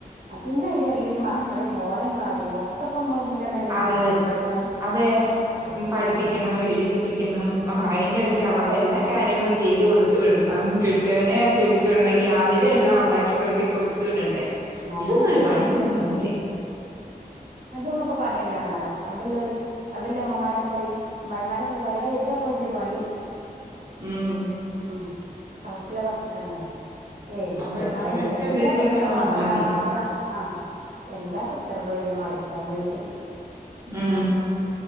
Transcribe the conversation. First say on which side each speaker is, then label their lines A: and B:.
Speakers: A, on the right; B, on the right.
A: ആഹ് പിന്നെ ഐന്റെടീല് മക്കളിം
B: ആ
A: ഓലെകാര്യം
B: ആ
A: ഒക്കെ ഇപ്പ അമ്മള് എന്നെല്ലെ മാനേജ്
B: അതെ
A: ചെയ്ത് കൊണ്ടട്ക്ക്ണേ
B: അതെ ഉംപഠിപ്പിക്കണം എഴ്തിപ്പിക്കണം അഹയ്ന്റെടെ ക്ക് അവറെ എല്ലാ കാര്യങ്ങളും ചെയ്ത് കൊട്ത്ത് വിടണം കെട്ടിയോനെ ജോലി ക്ക് വിട്ണങ്കി ആതിരും എല്ലാം ഉണ്ടാക്കി പെറ്ത്തി കൊട്ത്ത് വിടണ്ടേ
A: അതന്നെ
B: ഇതൊന്നും ഒരു
A: സത്യാണ്
B: പണിയൊന്നില്ലേ
A: ഇതൊന്നും ഇപ്പ പണി എല്ലാന്നാപറയാ പണ്ട് ഇല്ലോല് പണ്ടില്ലെ ഇമ്മമാരക്കെ പറയും അമ്മായിമാരക്കെ പറയും ഐ ഇതാപ്പാെ വെല്ല്യ പണി
B: ഉം
A: ഉം അവർക്ക്ള്ള പർച്ചിലാണത് ഏയ്
B: അവർ
A: പണിയൊന്നുല്ല
B: അവർക്ക് എന്തെങ്കിലുമൊക്കെ
A: എന്താപ്പാെ ഇത്ര
B: അങ്ങ്
A: മറിച്ചാ
B: പറഞ്ഞാൽ മതിയല്ലോ
A: മാത്രം ആഹ് എന്താപ്പ ഇത്ര ഇപ്പവെല്യ മറിക്കാന് ഓയ്ച്ചും
B: ഉം